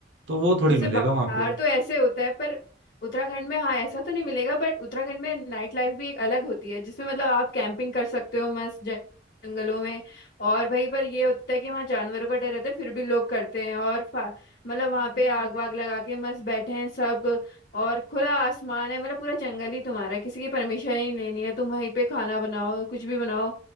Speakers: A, on the right (about 75°); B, on the left (about 50°).
A: तो वो थोड़ी
B: जैसे
A: मिलेगा
B: बाहर
A: वहां पे
B: तो ऐसे होता है पर उत्तराखंड में हाँ ऐसा तो नहीं मिलेगा बट उत्तराखंड में नाइट लाइफ भी एक अलग होती है जिसमें मतलब आप कैंपिंग कर सकते हो मस्त जं- जंगलों में और भाई पर ये होता है कि वहाँ जानवरों का डर रहता है फिर भी लोग करते हैं और फा- मतलब वहाँ पे आग वाग लगा के मस्त बैठे हैं सब और खुला आसमान है मतलब पूरा जंगल ही तुम्हारा है, किसी की परमिशन नहीं लेनी है तुम वहीं पे खाना बनाओ कुछ भी बनाओ